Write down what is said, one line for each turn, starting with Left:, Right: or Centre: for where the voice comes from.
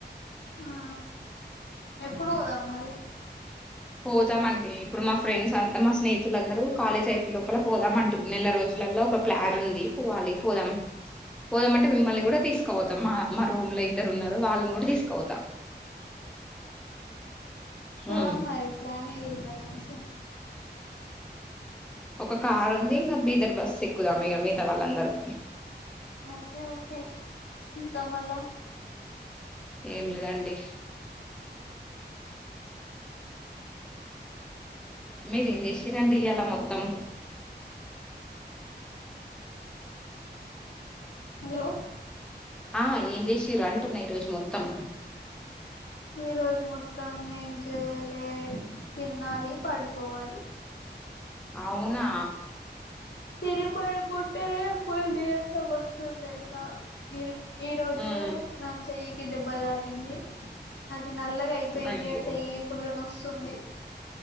Left: ఆ ఎప్పుడు పోదాం మరి
Centre: పోదామండి ఇప్పుడు మా ఫ్రెండ్స్ మా స్నేహితులందరూ కాలేజ్ అయిపోయే లోపల పోదాము అంటారు నెల రోజులలో ఒక ప్లాన్ ఉంది పోవాలి పోదాం పోదామంటే మిమ్మల్ని కూడా తీసుకోవతాం మా రూమ్ లో ఇద్దరు ఉన్నారు వాళ్ళని కూడా తీసుకోపోతాం
Left: పోదాం
Centre: ఉమ్
Left: మరి ప్లానేే మరి మంచిగ
Centre: ఒక కార్ ఉంది ఇంకా ఇద్దర్ బస్ సిక్కుదాం ఇక మిగతా వాళ్ళందరూ
Left: ఓకే ఓకే ఇంక మల్ల
Centre: ఏం లేదండి మీరేం చేసి రండి ఇయలా మొత్తం
Left: హలో
Centre: ఆ ఏం చేసిం డ్రు అంటున్నాయి ఈ రోజు మొత్తం
Left: ఈ రోజు మొత్తం ఏం చేయలే తినాలి పడుకోవాలి
Centre: అవునా
Left: తినిపడుకుంటనే ఫుల్ దస బగసంద తెల్సా ఇరు ఈ రోజు
Centre: హ్మ్
Left: నా చెయ్యికిి దెబ్బ తాకింది అది నల్లగ అయింద్ పోయింది
Centre: అయ్యో
Left: అ చెయ్యి ఫుల్ల్ నొస్తుంది